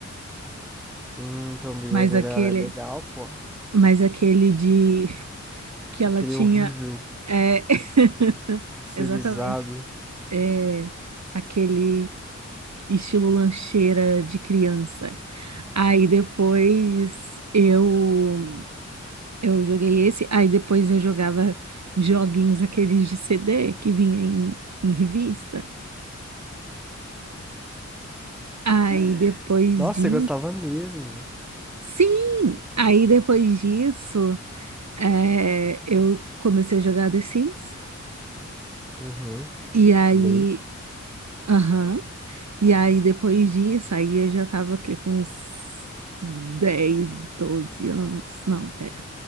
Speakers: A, in the centre; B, on the right (about 65°).
A: Hum, Tomb
B: mas
A: Raider
B: aquele,
A: era legal, pô.
B: mas aquele de <laughs> que
A: Aquele
B: ela tinha,
A: horrível,
B: é, <laughs>
A: pixelizado.
B: exatamente, é, aquele estilo lancheira de criança. Aí depois eu eu joguei esse, aí depois eu jogava joguinhos aqueles de CD que vinha em, em revista. Aí
A: <laughs>
B: depois
A: Nossa,
B: de...
A: você gostava mesmo.
B: Sim! Aí depois disso, é, eu comecei a jogar The Sims.
A: Uhum.
B: E aí...
A: de lei.
B: Aham. E aí depois disso, aí eu já tava o quê? Com uns 10, 12 anos. Não, pera.